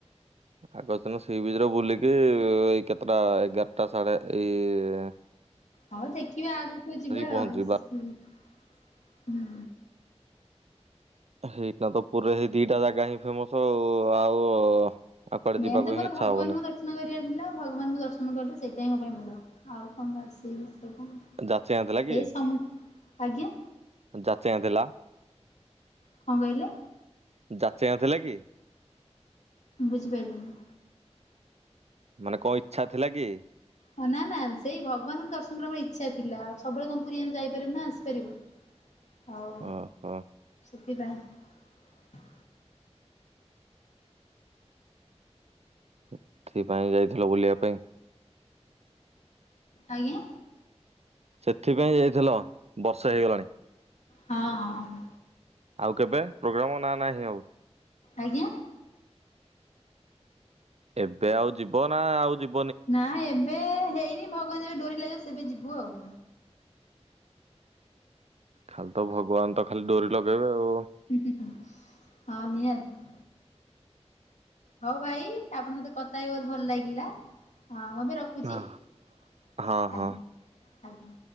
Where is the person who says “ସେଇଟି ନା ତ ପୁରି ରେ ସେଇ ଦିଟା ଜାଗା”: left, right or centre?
Right